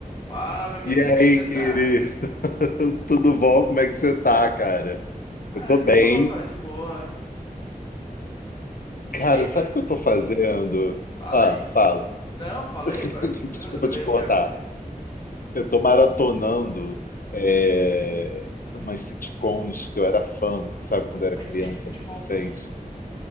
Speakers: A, on the left (about 30°); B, on the left (about 70°).
A: Fala, meu amigo,
B: E aí,
A: como é que você
B: querido?
A: tá?
B: <laughs> Tudo bom? Como é que você tá, cara?
A: Ah,
B: Eu tô
A: de
B: bem.
A: boa, de boa. Te
B: Cara,
A: liguei pra...
B: sabe o que eu tô fazendo?
A: Fala
B: Ah,
A: aí.
B: fala.
A: Não, fala
B: <laughs>
A: aí agora, eu fiquei curioso,
B: Desculpa
A: agora
B: te
A: eu
B: cortar.
A: quero saber.
B: Eu tô maratonando é, umas sitcoms que eu era fã, sabe, quando eu era
A: Mas
B: criança,
A: que que é esse sitcom?
B: adolescente.
A: Que isso?